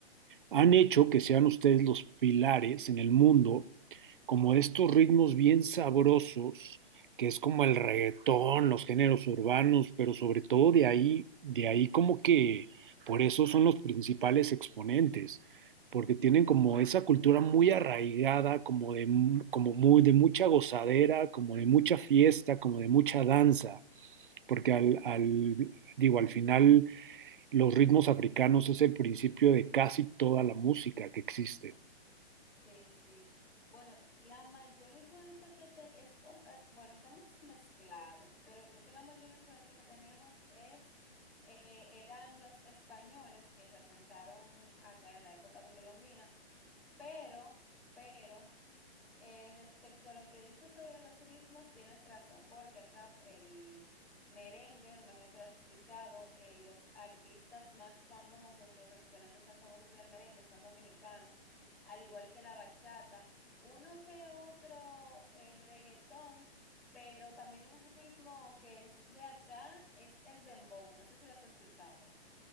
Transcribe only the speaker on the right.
han hecho que sean ustedes los pilares en el mundo, como estos ritmos bien sabrosos, que es como el reggaetón, los géneros urbanos, pero sobre todo de ahí, de ahí como que por eso son los principales exponentes, porque tienen como esa cultura muy arraigada, como de, como muy, de mucha gozadera, como de mucha fiesta, como de mucha danza porque al, al, digo, al final los ritmos africanos es el principio de casi toda la música que existe.